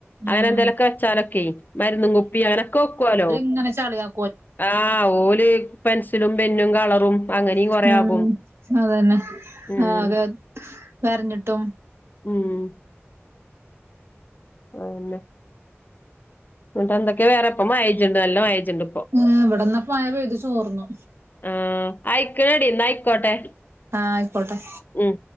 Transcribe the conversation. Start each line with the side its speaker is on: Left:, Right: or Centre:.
Left: അങ്ങനെന്തേലൊക്കെ
Right: ഉം
Left: വെച്ചാലൊക്കെയ്, മര്ന്നും കുപ്പി അങ്ങനൊക്കെ വെക്കോലോ?
Right: ങ്ങനെ ചള്യാക്
Left: ആഹ്, ഓല് പെൻസിലും പെന്നും കളറും അങ്ങനെയും കൊറേ
Right: ഉം,
Left: ആകും
Right: അതന്നെ.
Left: ഉം
Right: ആഹ് അതേ വര്ഞ്ഞ്ട്ടും
Left: ഉം. അതെന്നെ. ന്ന്ട്ടെന്തെക്കെ വേറെ? ഇപ്പം മയെജ്ജ്ണ്ട്, നല്ല മയെജ്ജ്ണ്ട്.
Right: ഏഹ് ഇവടെന്നാ ഇപ്പ മഴ പെയ്തു ചോർന്നു.
Left: ആഹ്, അയ്ക്ക്‌ണെടി ഇന്നയ്ക്കോട്ടെ.
Right: ആഹ്, അയ്ക്കോട്ടെ.
Left: ഉം.